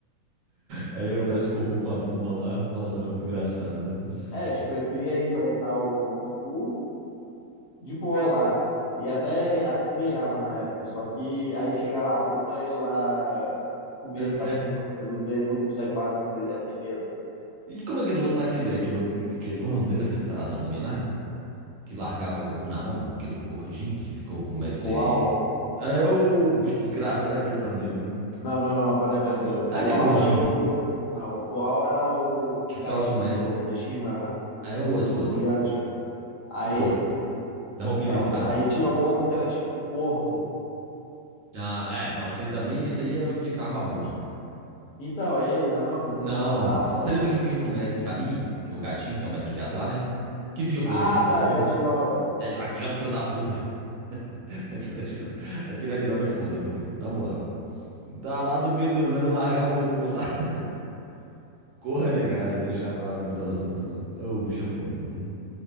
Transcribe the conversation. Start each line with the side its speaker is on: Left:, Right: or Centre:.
Right: Aí aparece o Goku com a Buma lá. Nossa, era muito engraçado, né, moço?
Left: É, tipo, ele queria enfrentar o Goku de boa lá. E até acho que ganhava na época. Só que aí chegava a Bulma, ele lá com medo
Right: Ele
Left: da
Right: é.
Left: Bulma. Ele não, tem- ele não consegue falar com mulher, tem medo.
Right: E como aquele outro lá, aquele, aquele outro, que, como é o nome dele, aquele taradão também lá? Que largava o Goku na mão, aquele gordinho que ficou com o mestre.
Left: O Pual.
Right: É é o bicho desgraçado, é aquele também, viu?
Left: Não, não, não, peraí, peraí, peraí. O
Right: É
Left: Pual
Right: aquele gordinho
Left: era o do. Não, o Pual era o, o
Right: que ficava
Left: gatinho
Right: com o mestre.
Left: do Tenshinhan,
Right: É é o outro, o
Left: do
Right: outro.
Left: Yantia. Aí
Right: O outro. Da roupinha
Left: Então,
Right: listrada.
Left: aí tinha o outro que era tipo um porco.
Right: Ah, é. Não, esse aí também, esse aí era o que ficava com a Buma.
Left: Então, é ele, né, não, que transformava...
Right: Não, você lembra que fica com o mestre Camin? Que é o gatinho, que é o mestre gato lá, né? Que fica com
Left: Ah,
Right: ele no tempo
Left: tá,
Right: depois.
Left: o Yajirobe.
Right: Aquilo é um filho da puta. <laughs> Aquilo é giroba, aquilo é, giroba é foda, viu, velho? Na moral. Da lá do meio do nada, eu largava o Goku lá. <laughs> Corra, negada, deixava lá no meio das lutas lá. Ô, o bicho é foda, viu?